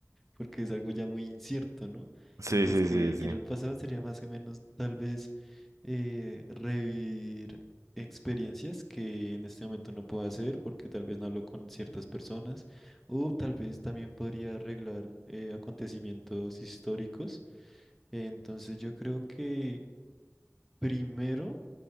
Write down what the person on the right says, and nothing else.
Sí,
sí,
sí, sí.